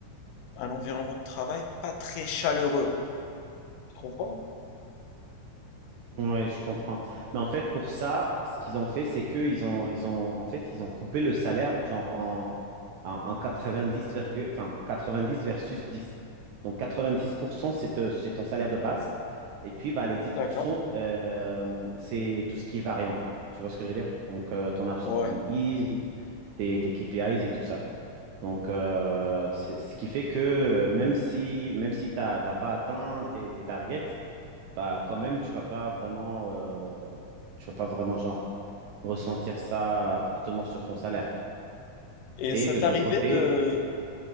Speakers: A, on the left (about 80°); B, on the right (about 70°).
A: un environnement de travail pas très chaleureux. Tu trouves pas?
B: Ouais, je comprends. Mais en fait, pour ça, ce qu'ils ont fait, c'est que ils ont, ils ont, en fait, ils ont coupé le salaire genre en, en, en dix virgule- enfin, 90 versus 10. Donc 90%, c'est te- c'est ton salaire de base. Et puis, bah, les 10%,
A: D'accord.
B: euh, c'est tout ce qui est variant. Tu vois ce que je veux dire? Donc, euh, ton absentéisme,
A: Ouais.
B: tes, tes KPIs et tout ça. Donc, euh, c'est ce qui fait que euh, même si, même si tu n'as pas atteint tes, tes targets, bah quand même tu vas pas vraiment euh, tu vas pas vraiment genre ressentir ça fortement sur ton salaire.
A: Et
B: Et
A: ça
B: de
A: t'arrivait
B: l'autre côté,
A: de
B: b-